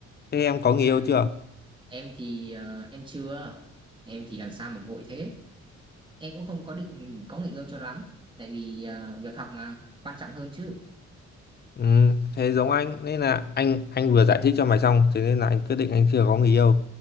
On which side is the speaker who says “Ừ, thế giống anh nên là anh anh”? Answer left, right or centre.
Left